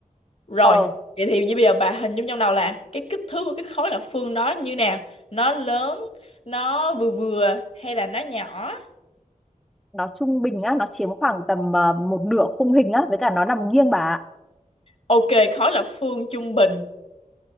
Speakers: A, on the left; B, in the centre.
A: rồi
B: ờ,
A: vậy thì bây giờ bà hình dung trong đầu là cái kích thước của cái khối lập phương đó như nào nó lớn nó vừa vừa hay là nó nhỏ
B: nó trung bình á, nó chiếm khoảng tầm ờ, một nửa khung hình á, với cả nó nằm nghiêng bà ạ.
A: ok khối lập phương trung bình